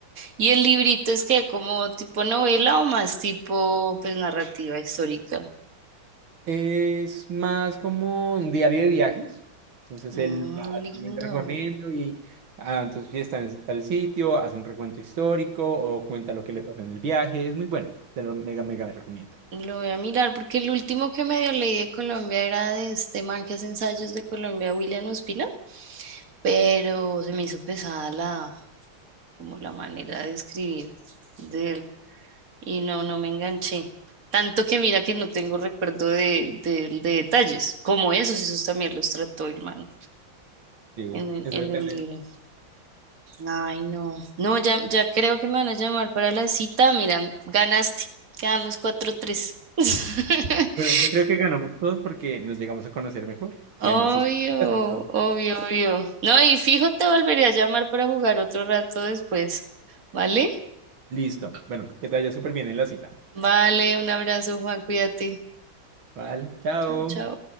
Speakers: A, on the right (about 45°); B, on the right (about 75°).
A: ¿Y el librito es que como tipo novela o más tipo pues narrativa histórica?
B: Es más como un diario de viajes. Entonces
A: Ah,
B: él va
A: lindo.
B: simplemente recorriendo y ah, entonces si está en tal sitio, hace un recuento histórico o cuenta lo que le pasó en el viaje. Es muy bueno, te lo mega, mega recomiendo.
A: Lo voy a mirar porque el último que medio leí de Colombia era de este man que hace ensayos de Colombia, William Ospina, pero se me hizo pesada la, como la manera de escribir de él y no, no me enganché. Tanto que mira que no tengo recuerdo de, de- de detalles, como esos, esos también los trató el man
B: Sí,
A: en el,
B: eso
A: en
B: depende.
A: el libro. Ay, no. No, ya, ya creo que me van a llamar para la cita. Mira, ganaste. Quedamos cuatro tres. <laughs>
B: Bueno, yo creo que ganamos todos porque nos llegamos a conocer mejor
A: Obvio,
B: y hay más historias. entonces.
A: obvio, obvio. No, y fijo, te volveré a llamar para jugar otro rato después. ¿Vale?
B: Listo. Bueno, que te vaya súper bien en la cita.
A: Vale, un abrazo, Juan. Cuídate.
B: Vale, chao.
A: Chao, chao.